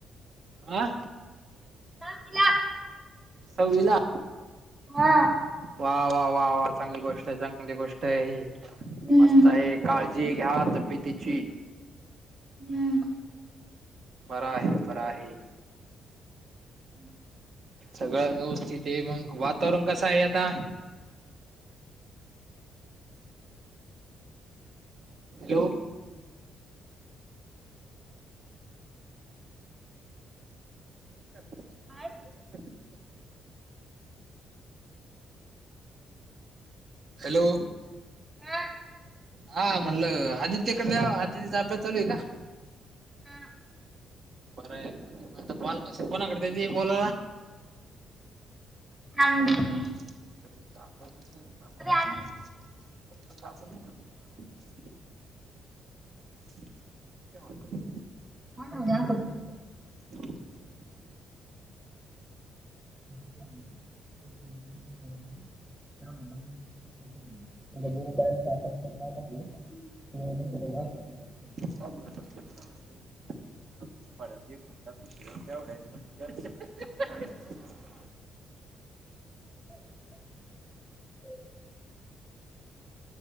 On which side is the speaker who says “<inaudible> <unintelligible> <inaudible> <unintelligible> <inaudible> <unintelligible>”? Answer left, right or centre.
Right